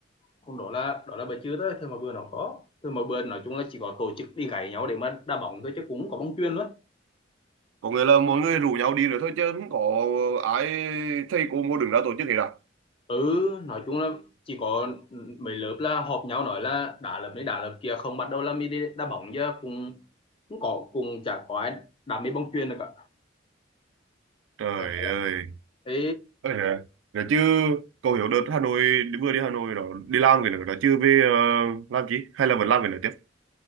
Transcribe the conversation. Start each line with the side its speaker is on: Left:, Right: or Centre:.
Left: còn đó là đó là bữa trước đó thôi mà bữa nó có thôi mà bữa nói chung là chỉ có tổ chức đi gáy nhau để mà đá bóng thôi chứ cũng không có bóng chuyền luôn
Right: có nghĩa là mọi người rủ nhau đi rồi thôi chứ không có ai thầy cô mua đứng ra tổ chức hết à
Left: ừ nói chung là chỉ có mấy lớp là họp nhau nói là đá lớp này đá lớp kia không bắt đầu là mới đi đá bóng chứ cũng cũng có cũng chả có ai đá mấy bóng chuyền được cả
Right: trời
Left: phải nhớ là
Right: ơi
Left: thế
Right: Ôi giời. rồi chứ cậu hiểu đợt Hà Nội vừa đi Hà Nội đó đi làm cái nữa đó chứ về ờ, làm chi hay là vẫn làm cái nữa tiếp